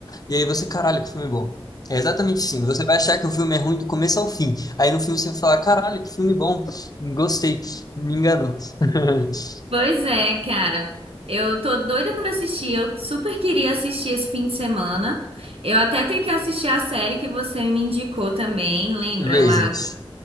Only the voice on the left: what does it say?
e aí você, caralho, que filme bom. É exatamente assim. Você vai achar que o filme é ruim do começo ao fim. Aí no filme você vai falar, caralho, que filme bom. Gostei. Me enganou. <laughs>
Erased.